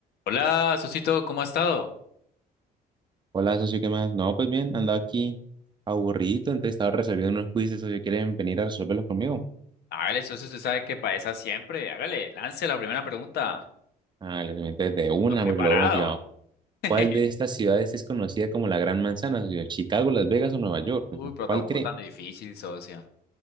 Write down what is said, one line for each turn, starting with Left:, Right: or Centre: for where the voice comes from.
Left: Hola, Socito, ¿cómo ha estado?
Right: Hola, socio, ¿qué más? No, pues bien, andaba aquí aburrido, entonces estaba resolviendo unos quizzes, socio, ¿quieren venir a resolverlos conmigo?
Left: Hágale, socio, usted sabe que para esa siempre. Hágale, lance la primera pregunta.
Right: Ah, les meto de una
Left: Ando preparado.
Right: porque lo veo motivado.
Left: <laughs>
Right: ¿Cuál de estas ciudades es conocida como la Gran Manzana, socio? ¿Chicago, Las Vegas o Nueva York?
Left: Uy,
Right: socio?
Left: pero
Right: ¿Cuál
Left: tampoco
Right: cree?
Left: tan difícil, socio.